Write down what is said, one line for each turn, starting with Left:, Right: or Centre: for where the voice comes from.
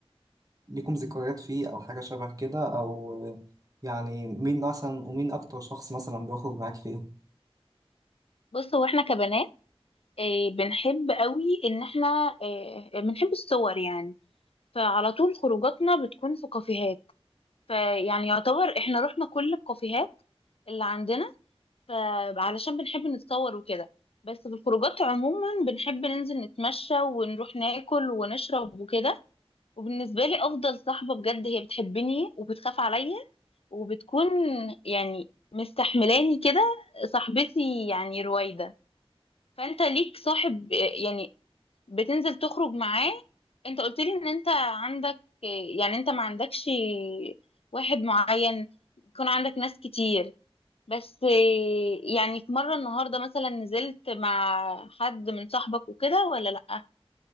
Right: ليكم ذكريات فيه او حاجة شبه كده او يعني مين مثلا ومين اكتر شخص مثلا بيخرج معاك فيه
Left: بص هو احنا كبنات آه، بنحب قوي ان احنا آه، بنحب الصور يعني فعلى طول خروجاتنا بتكون في كافيهات فيعني يعتبر احنا رحنا كل الكافيهات اللي عندنا فعلشان بنحب نتصور وكده بس في الخروجات عموما بنحب ننزل نتمشى ونروح ناكل ونشرب وكده وبالنسبة لي أفضل صاحبة بجد هي بتحبني وبتخاف عليا وبتكون يعني مستحملاني كده صاحبتي يعني رويدة فانت ليك صاحب يعني بتنزل تخرج معاه انت قلت لي ان انت عندك يعني انت ما عندكش واحد معين يكون عندك ناس كتير بس يعني في مرة النهاردة مثلا نزلت مع حد من صاحبك وكده ولا لأ